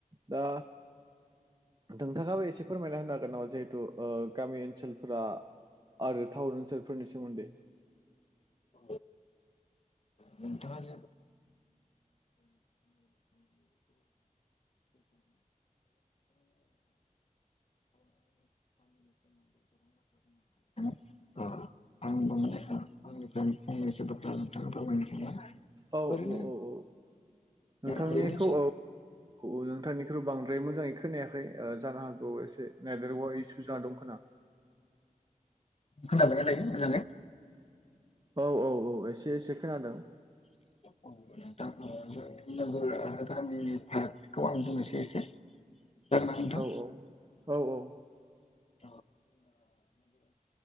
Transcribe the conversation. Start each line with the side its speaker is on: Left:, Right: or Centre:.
Right: दा नोंथाङाबो एसे फोरमायना होनो हागोन नामा? जिहेथु गामि ओनसोलफोरा आरो टाउन ओनसोलफोरनि सोमोन्दै
Left: औ। नोंथाङा जे <unintelligible> <unintelligible> <unintelligible> <unintelligible> आंबो मोने आंनिफ्रायनो <inaudible> फोरमायनो <inaudible>
Right: औ औ
Left: ओरैनो
Right: औ औ नोंथांनिखौ
Left: ओरैनो जों
Right: औ औ नोंथांनिख्रु बां बाय मोजाङै खोनायाखै जानो हागौ एसे नेटवक इसु जादं खोना
Left: खोनाबाय दायो मोजाङै?
Right: औ औ औ एसे एसे खोनादों।
Left: औ <inaudible> <inaudible>
Right: औ औ औ औ
Left: <inaudible>